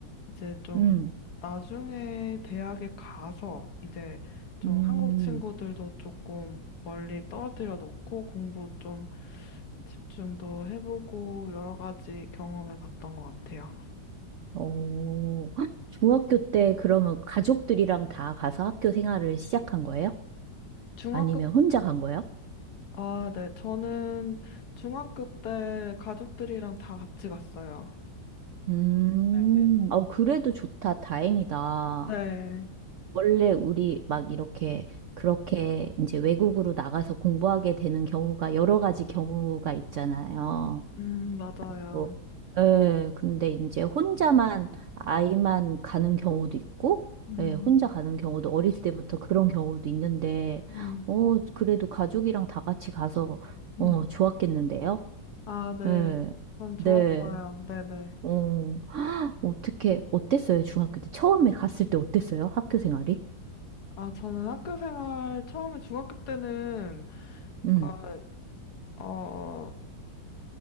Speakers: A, on the left; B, on the right.
A: 이제 좀
B: 음,
A: 나중에 대학에 가서 이제 좀
B: 음.
A: 한국 친구들도 조금 멀리 떨어뜨려 놓고 공부 좀 집중도 해보고 여러 가지 경험해 봤던 것 같아요.
B: 어, 중학교 때 그러면 가족들이랑 다 가서 학교 생활을 시작한 거예요?
A: 중학교,
B: 아니면 혼자 간 거예요?
A: 아, 네. 저는 중학교 때 가족들이랑 다 같이 갔어요.
B: 음,
A: 네.
B: 어, 그래도 좋다. 다행이다.
A: 네.
B: 원래 우리 막 이렇게, 그렇게 이제 외국으로 나가서 공부하게 되는 경우가 여러 가지 경우가 있잖아요.
A: 음, 맞아요.
B: 있고. 예, 근데 이제 혼자만, 아이만 가는 경우도 있고,
A: 음,
B: 예, 혼자 가는 경우도 어릴 때부터 그런 경우도 있는데,
A: 음,
B: 어, 그래도 가족이랑 다 같이 가서, 어,
A: 음.
B: 좋았겠는데요?
A: 아, 네.
B: 예,
A: 전
B: 네,
A: 좋았어요. 네네.
B: 어, <gasps> 어떻게, 어땠어요? 중학교 때. 처음에 갔을 때 어땠어요? 학교 생활이?
A: 아, 저는 학교 생활 처음에 중학교 때는
B: 음,
A: 그러니까 어,